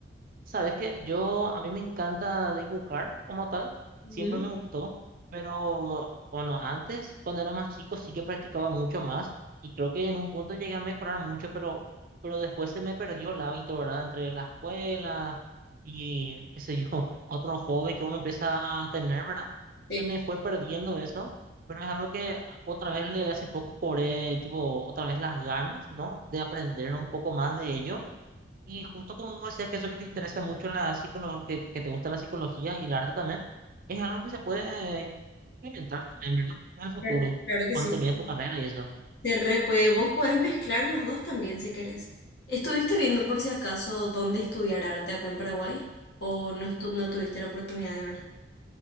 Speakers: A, on the right (about 45°); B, on the left (about 55°).
A: sabés que yo, a mí me encanta dibujar como tal,
B: Ujú,
A: siempre me gustó, pero bueno, antes, cuando era más chico, sí que practicaba mucho más y creo que en un punto llegué a mejorar mucho, pero, pero después se me perdió el hábito, ¿verdad? Entre la escuela y, qué sé yo, <laughs> otro hobby que uno empieza a tener, ¿verdad?
B: Sí,
A: Se me fue perdiendo eso, pero es algo que ah, otra vez le hace poco cobré, tipo, otra vez las ganas, ¿no? De aprender un poco más de ello. Y justo como vos decías que eso que te interesa mucho en la psicología, que, que te gusta la psicología y el arte también, es algo que se puede implementar también, ¿verdad? En el futuro,
B: claro claro que
A: cuando
B: sí.
A: termines
B: sí.
A: tu carrera y eso.
B: Se re puede. Vos podés mezclar los dos también si querés. ¿Estuviste viendo por si acaso dónde estudiar arte acá en Paraguay? ¿O no, estu- no tuviste la oportunidad de ver?